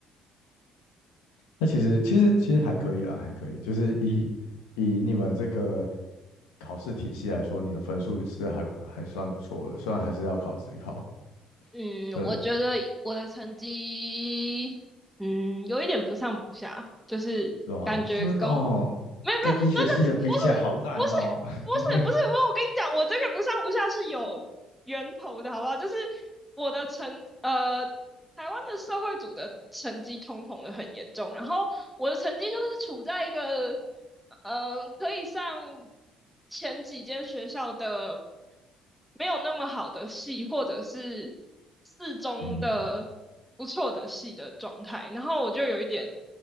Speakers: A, on the left; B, in the centre.
A: 那其实其实其实还可以啦，还可以，就是以以你们这个考试体系来说，你的分数是还不还算不错的，虽然还是要考职考，
B: 嗯，
A: 对，
B: 我觉得我的成绩，嗯，有一点不上不下，就是感觉跟我没有没有，
A: 是吧？这是哦，跟医学系的比起来好烂哦。
B: 真的不是不是不是不是，
A: <laughs>
B: 我我跟你讲，我这个不上不下是有源头的，好不好？就是我的成呃，台湾的社会组的成绩通膨的很严重，然后我的成绩就是处在一个。呃，可以上前几间学校的没有那么好的系，或者是四中的不错的系的状态，
A: 嗯，
B: 然后我就有一点，